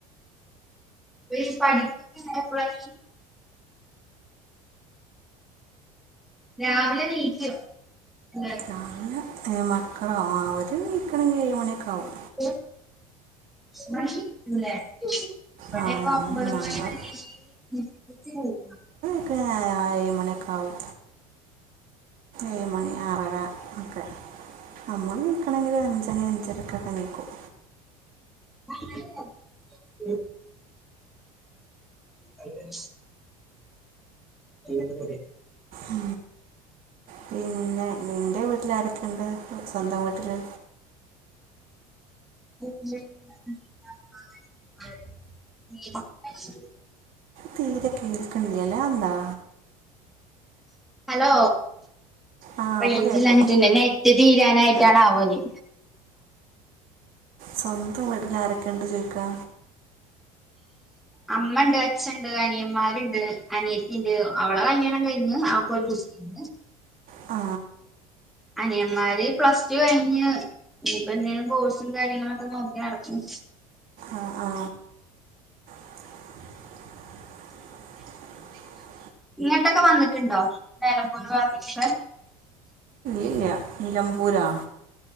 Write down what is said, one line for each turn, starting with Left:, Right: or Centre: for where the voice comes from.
Centre: അപ്പ യി പഠിക്ക്ണ്ടാ യെപ്പളടി രാവിലെണീക്കെ എന്തേ
Right: രാവിലെ മക്കളോ അവർ ണീക്കണെങ്കിൽ ഏഴുമണിയൊക്കാകും
Centre: <unintelligible> മടില്ലേ ഇബടെയൊക്കൊൻപത്
Right: ആ ഞങ്ങൾ
Centre: മണിവരീം <unintelligible> പോവും
Right: <unintelligible> ഏഴ്മണിയൊക്കാകും ഏഴ്മണി ആറര ഒക്കെ നമ്മളെണീക്കണെങ്കില് അഞ്ച്മണി അഞ്ചക്കൊക്കെ ണീ ക്കും
Centre: <unintelligible> ഉ <unintelligible> <unintelligible>
Right: അ പിന്നെ നിന്റെ വീട്ടിലാരൊക്കെയുണ്ട് സ്വന്തം വീട്ടില്
Centre: <unintelligible>
Right: തീരെ കേൾക്കണില്ലാല്ലെ അതെന്താ
Centre: ഹലോ
Right: ആ
Centre: റേഞ്ചില്ലാഞ്ഞിട്ട്
Right: ഇപ്പോൾ കേട്ടു
Centre: ന്റെനെറ്റ്തീർന്ന് കഴിയാനായിട്ടാവോനി
Right: സ്വന്തംവീട്ടിൽ ആരൊക്കെണ്ട് ചോയിക്കാ
Centre: അമ്മണ്ട് അച്ഛൻണ്ട് അനിയമ്മാരുണ്ട് അനിയത്തിണ്ട് അവളെ കല്യാണംകയിഞ്ഞ് അവക്കൊരു കുട്ടി പിന്നെ
Right: ആ
Centre: അനിയമ്മാര് പ്ലസ് ടു കഴിഞ്ഞ് ഇനിയിപ്പെന്തെങ്കിലും കോഴ്സും കാര്യങ്ങളൊക്കെ നോക്കിനടക്കും
Right: ആ-ആ <inaudible>
Centre: ഇങ്ങട്ടൊക്കെ വന്നിട്ടുണ്ടോ നെലമ്പൂര് ഭാഗത്തിക്കൊക്കെ
Right: ഇല്ല നിലമ്പൂരാ